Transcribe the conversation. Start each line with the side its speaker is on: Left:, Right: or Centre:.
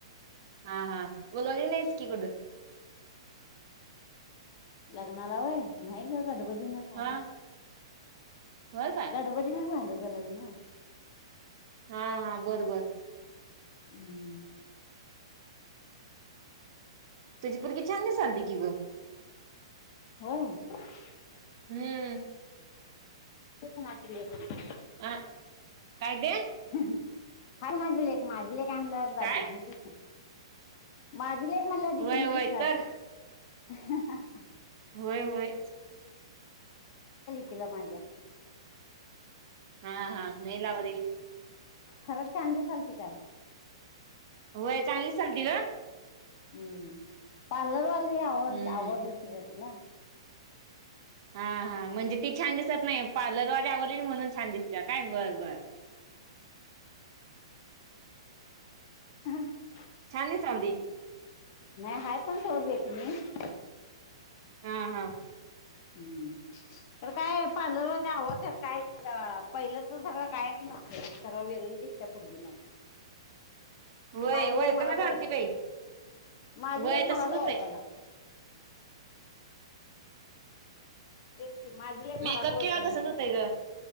Right: हा हा बोलवली नाहीस की कुड
Left: लग्नाला व्हय नाही ग गडबडीन साधं
Right: हा होय काय
Left: गडबडीन झालं ग लग्न
Right: हा हा बर बर
Left: हुं
Right: तुझी पुरगी छान दिसालती की गं.
Left: होय
Right: हम -
Left: ती कुणाची लेक हाय?
Right: अ काय दे?
Left: हाय माझी लेक, माझी लेक हाय म्हणल्यावर बाद
Right: काय
Left: दिसल होय ग माझी लेक म्हणल्यावर देखणीच
Right: वय
Left: दिसणार
Right: वय तर
Left: की.
Right: होय होय
Left: तिला माझ्या
Right: हा हा नाही लावत घे
Left: खरंच छान दिसालती काय?
Right: होय चांगली दिसालतीग.
Left: हम पार्लरवाली
Right: हम्म
Left: आवर आवरलिती ग तिला
Right: हा हा म्हणजे <unintelligible> ती छान दिसत नाही पार्लरवाली आवरलेली म्हणून छान दिसते काय बरं -बरं
Left: ह <inaudible>
Right: छान दिसालती
Left: नाही हा पण शोर देत मी <inaudible>
Right: हा- हा
Left: हम्म तर काय पार्लर वाली आवरतात काय ती पहिलं तर सगळं काय <unintelligible> सरा वेगळीच्या पर्गे म
Right: होय
Left: माझी
Right: ओळखना
Left: लेक मलाच <inaudible>
Right: झालती
Left: ओळखत्या
Right: बाई
Left: माझी
Right: होय
Left: लेक
Right: तसच
Left: मलाच
Right: होतंय
Left: ओळखना <inaudible> तेच की माझी लेक
Right: मेकअप
Left: मला ओळखना
Right: केला
Left: झाल्या,
Right: तसच होतंय ग